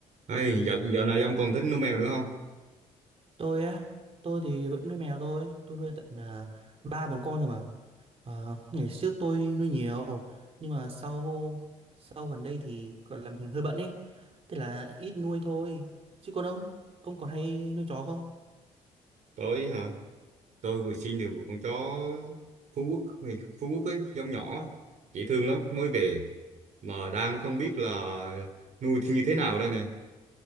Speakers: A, on the right; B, on the right.
A: Ê, dạo, dạo này ông còn thích nuôi mèo nữa không?
B: tôi á tôi thì vẫn nuôi mèo thôi tôi nuôi tận à, ba bốn con rồi mà Ờ, ngày trước tôi nuôi nhiều nhưng mà sau sau gần đây thì gọi là mình hơi bận ấy thế là ít nuôi thôi chứ còn ông ông còn hay nuôi chó không
A: Tôi hả? Tôi vừa xin được một con chó Phú Quốc, Phú Quốc ấy, giống nhỏ, dễ thương lắm, mới về. Mà đang không biết là nuôi thì như thế nào đây này.